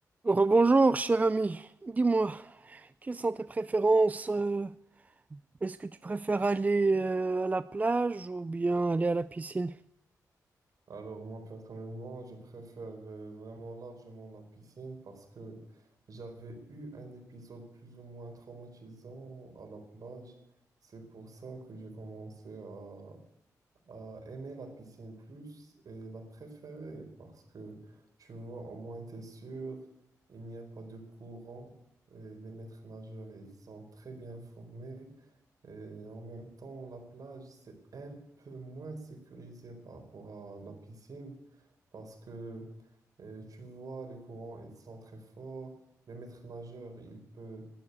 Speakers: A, on the right; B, on the right.
A: Rebonjour, cher ami. Dis-moi, quelles sont tes préférences? euh, Est-ce que tu préfères aller euh, à la plage ou bien aller à la piscine?
B: Alors moi personnellement, je préfère euh, vraiment largement la piscine parce que j'avais eu un épisode plus ou moins traumatisant à la plage. C'est pour ça que j'ai commencé à, à aimer la piscine plus et la préférer parce que tu vois, au moins t'es sûr, il n'y a pas de courant. Et les maîtres nageurs, ils sont très bien formés. Et en même temps, la plage, c'est un peu moins sécurisé par rapport à la piscine. Parce que euh, tu vois, les courants, ils sont très forts. Le maître nageur, il peut,